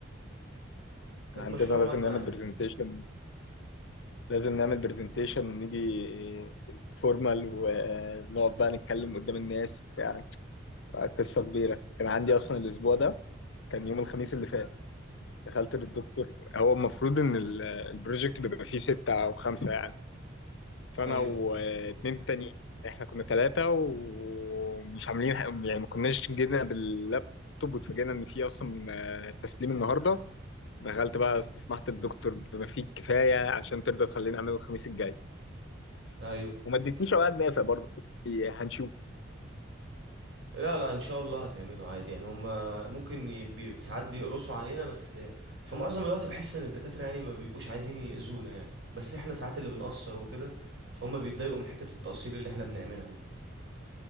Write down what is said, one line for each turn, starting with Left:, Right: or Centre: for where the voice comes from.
Right: كانت
Left: عندنا
Right: مشروع ماده
Left: لازم نعمل
Right: عادي
Left: برزنتيشن لازم نعمل برزنتيشن ونيجي فورمال ونقف بقى نتكلم قدام الناس وبتاع قصة كبيرة كان عندي أصلا الأسبوع ده كان يوم الخميس اللي فات دخلت للدكتور هو المفروض إن ال- البروجكت بيبقى فيه ستة أو خمسة يعني فأنا
Right: ايوه
Left: واتنين تانيين إحنا كنا تلاتة ومش عاملين ح- يعني ما كناش جينا باللابتوب واتفاجئنا إن فيه أصلا آه، تسليم النهاردة دخلت بقى استسمحت الدكتور بما فيه الكفاية عشان ترضى تخليني أعمله الخميس الجاي
Right: ايوه
Left: وما ادتنيش أوقات نافع برضه هنشوف
Right: لا لا ان شاء الله هتعمله عادي يعني هم ممكن ي- بي ساعات بيقرصوا علينا بس في معظم الوقت بحس ان الدكاترة يعني ما بيبقوش عايزين يأذونا يعني بس احنا ساعات اللي بنقصر وكده فهم بيتضايقوا من حتة التقصير اللي احنا بنعملها دي